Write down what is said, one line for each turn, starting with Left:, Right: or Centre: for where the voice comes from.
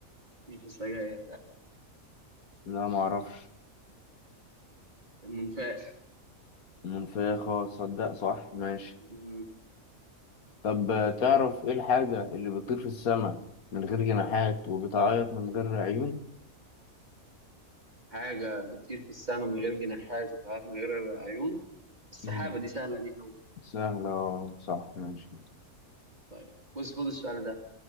Right: مش السجاير لا
Left: لا ما اعرفش
Right: المنفاخ
Left: المنفاخة صدق صح ماشي
Right: مم.
Left: طب آه، تعرف ايه الحاجة اللي بتطير في السماء من غير جناحات وبتعيط من غير عيون
Right: حاجه بتطير في السماء من غير جناحات وبتعرف من غير عيون السحابه
Left: مم.
Right: دي سهله دي قوي
Left: سهلة آه، صح ماشي
Right: طيب بص خد السؤال ده